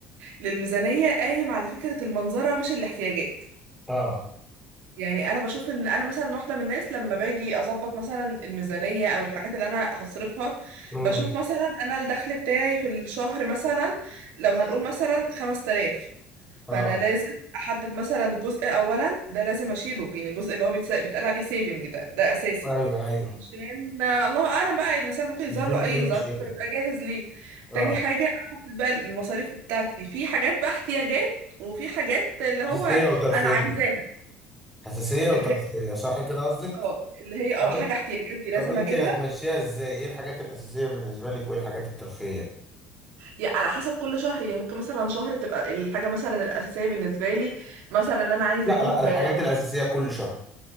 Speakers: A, on the right; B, in the centre.
A: للميزانية قايم على فكرة المنظرة مش الاحتياجات
B: اه
A: يعني انا بشوف ان انا مثلا واحدة من الناس لما باجي اظبط مثلا الميزانية او الحاجات اللي انا هصرفها
B: امم
A: بشوف مثلا انا الدخل بتاعي في الشهر مثلا لو هنقول مثلا 5000
B: اه
A: فانا لازم احدد مثلا جزء اولا ده لازم اشيله يعني الجزء اللي هو بيتس- بيتقال عليه سيفنج ده ده اساسي
B: ايوه ايوه
A: عشان الله اعلم بقى الانسان ممكن يظهر
B: الظروف
A: له اي
B: هي مش
A: ظرف
B: هي
A: فيبقى جاهز ليه
B: اه
A: تاني حاجه احدد بقى المصاريف بتاعتي في حاجات بقى احتياجات وفي حاجات اللي هو
B: حساسية وترفيهية
A: انا عايزاها
B: حساسية
A: اللي
B: وترفيهية
A: هي
B: صح كده قصدك
A: اه اللي هي اه
B: طب
A: حاجه
B: انت
A: احتياجات دي لازم
B: طب انت
A: اجيبها
B: هتمشيها ازاي ايه الحاجات الأساسية بالنسبة لك وايه الحاجات الترفيهية
A: يعني على حسب كل شهر يعني ممكن مثلا شهر تبقى الحاجه مثلا الاساسيه بالنسبه لي مثلا ان انا عايزه
B: لا
A: اجيب
B: لا الحاجات الأساسية كل شهر